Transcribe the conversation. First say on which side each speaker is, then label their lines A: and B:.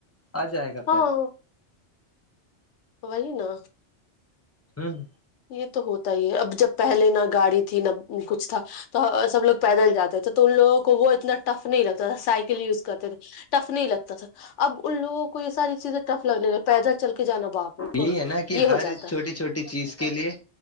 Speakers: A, on the left; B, on the left.
A: آ جائے گا
B: ہاں
A: پھر
B: وہی نا
A: ہوں
B: یہ تو ہوتا ہی ہے اب جب پہلے نہ گاڑی تھی نہ کچھ تھا تو سب لوگ پیدل جاتے تھے تو ان لوگوں کو وہ اتنا ٹف نہیں لگتا تھا سائیکل یوز کرتے تھے ٹف نہیں لگتا تھا اب ان لوگوں کو یہ ساری چیزیں ٹف لگنے ل پیدل چل کے جانا باپ رے باپ
A: یہی ہے نا کہ
B: یہ ہو
A: ہر
B: جاتا
A: چھوٹی
B: ہے
A: چھوٹی چیز کے لیے